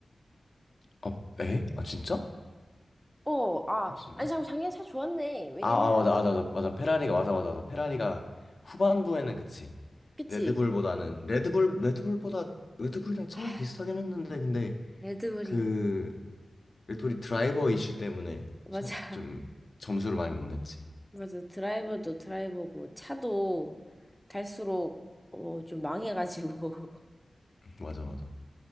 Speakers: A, on the left; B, in the centre.
A: 아 에? 아 진짜?
B: 어, 아.
A: 그랬었나?
B: 아니, 잠깐, 작년에 차 좋았네. 왜냐면,
A: 아, 아 맞아 맞아 맞아 맞아. 페라리가 맞아 맞아 맞아. 페라리가 후반부에는 그치.
B: 그치?
A: 레드불보다는 레드불 레드불보다 레드불이랑
B: 하,
A: 차랑 비슷하긴 했는데 근데
B: 레드불이.
A: 그 우리 드라이버 이슈 때문에
B: 맞아.
A: 서- 좀
B: <laughs>
A: 점수를 많이 못 냈지.
B: 맞아. 드라이버도 드라이버고, 차도 갈수록, 어, 좀 망해가지고. <laughs>
A: <laughs> 맞아, 맞아.